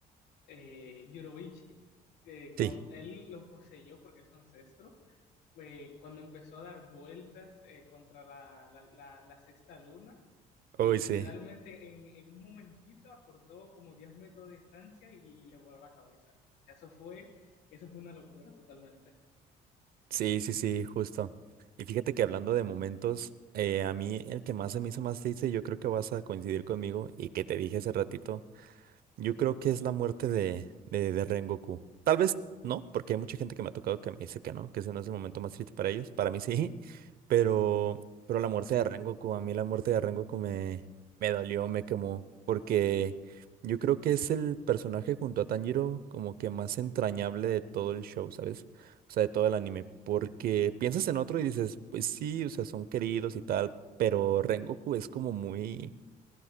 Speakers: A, on the left; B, on the right.
A: eh, Yurobichi, eh, cuando
B: Sí,
A: él lo poseyó porque es su ancestro, eh, cuando empezó a dar vueltas eh, contra la, la, la- la sexta luna y
B: uy,
A: literalmente
B: sí,
A: en, en un momentito acortó como 10 metros de distancia y, y le voló la cabeza. O sea, eso fue, eso fue una locura totalmente.
B: sí, sí, sí, justo. Y fíjate que hablando de momentos, eh, a mí el que más se me hizo más triste, yo creo que vas a coincidir conmigo y que te dije hace ratito. Yo creo que es la muerte de, de, de Rengoku. Tal vez no, porque hay mucha gente que me ha tocado que me dice que no, que ese no es el momento más triste para ellos. Para mí sí, <laughs> pero, pero la muerte de Rengoku, a mí la muerte de Rengoku me, me dolió, me quemó, porque yo creo que es el personaje junto a Tanjiro como que más entrañable de todo el show, ¿sabes? O sea, de todo el anime, porque piensas en otro y dices, pues sí, o sea, son queridos y tal, pero Rengoku es como muy